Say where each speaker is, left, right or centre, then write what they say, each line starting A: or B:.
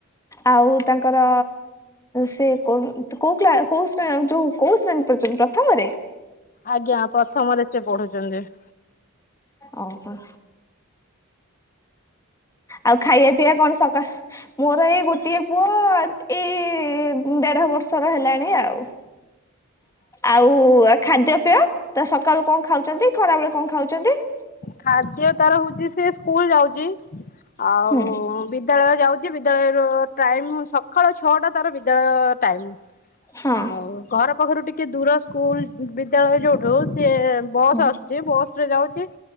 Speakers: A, on the left; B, on the left.
A: ଆଉ ତାଙ୍କର ସେ କୋଉ କୋଉ କ୍ଲା କୋଉ ଯୋଉ କୋଉ ଶ୍ରେଣୀ ପଢୁଛନ୍ତି ପ୍ରଥମରେ ।
B: ଆଜ୍ଞା ପ୍ରଥମରେ ସେ ପଢୁଛନ୍ତି ।
A: ଆ ଓହୋ ଆଉ ଖାଇବା ପିଇବା କଣ ସକାଳ ମୋର ଏଇ ଗୋଟିଏ ପୁଅ ଏଇ ଦେଢ ବର୍ଷର ହେଲାଣି । ଆଉ ଆଉ ଖାଦ୍ୟ ପେୟ । ତା ସକାଳୁ କଣ ଖାଉଛନ୍ତି ଖରା ବେଳେ କଣ ଖାଉଛନ୍ତି ।
B: ଖାଦ୍ୟ ତାର ହଉଛି ସେ ସ୍କୁଲ ଯାଉଛି । ଆଉ
A: ହୁଁ
B: ବିଦ୍ୟାଳୟ ଯାଉଛି ବି ବିଦ୍ୟାଳୟର ଟାଇମ ସକାଳ ଛଅଟା ତାର ବିଦ୍ୟାଳୟ ଟାଇମ
A: ହଁ
B: ଆଉ ଘର ପାଖରୁ ଟିକେ ଦୂର ସ୍କୁଲ ବିଦ୍ୟାଳୟ ଯୋଉଠୁ ସିଏ ବସ୍
A: ହୁଁ
B: ଆସୁଛି ବସରେ ଯାଉଛି ।